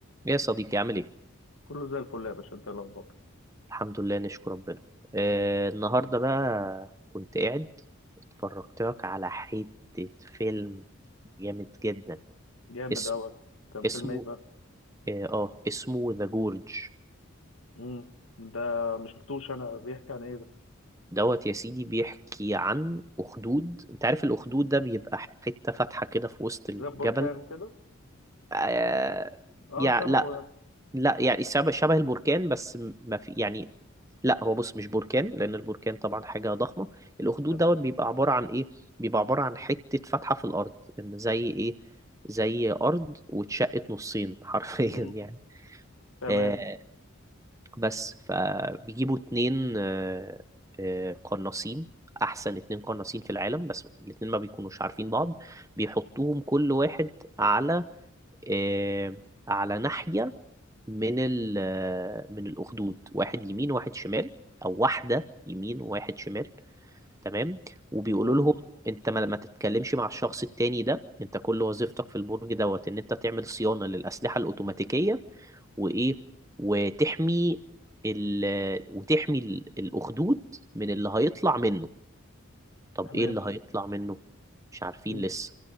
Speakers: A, on the right; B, on the left.
A: يا صديقي عامل ايه
B: كله زي الفل يا باشا انت ايه الاخبار
A: الحمد لله نشكر ربنا آه النهارده بقى كنت قاعد اتفرجت لك على حتة فيلم جامد جدا
B: جامد
A: اسمه
B: قوي كان فيلم
A: اسمه
B: ايه بقى
A: اه آه، اسمه ذا جورج
B: امم ده ما شفتوش انا بيحكي عن ايه ده
A: دوت يا سيدي بيحكي عن أخدود انت عارف الأخدود ده بيبقى حتة فاتحة كده في وسط الجبل
B: زي البركان كده
A: آه
B: اه
A: يعني
B: شبهه
A: لا
B: يعني
A: لا يعني شبه شبه البركان بس م- ما في يعني لا هو بص مش بركان لان البركان طبعا حاجه ضخمه الاخدود
B: تمام
A: دوت بيبقى عباره عن ايه بيبقى عباره عن حته فتحه في الارض ان زي ايه زي ارض واتشقت نصين <laughs> حرفيا
B: امم
A: يعني
B: تمام
A: آه بس فبيجيبوا اتنين آه آه قناصين احسن اتنين قناصين في العالم بس الاتنين ما بيكونوش عارفين بعض بيحطوهم كل واحد على آه على ناحيه من ال من الأخدود واحد يمين واحد شمال أو واحدة يمين وواحد شمال تمام وبيقولوا
B: امم
A: لهم أنت ما, ما تتكلمش مع الشخص التاني ده أنت كل وظيفتك في البرج دوت إن أنت تعمل صيانة للأسلحة الأوتوماتيكية وإيه وتحمي ال وتحمي ال- الأخدود من اللي هيطلع منه طب
B: تمام
A: إيه اللي هيطلع منه مش عارفين
B: امم
A: لسه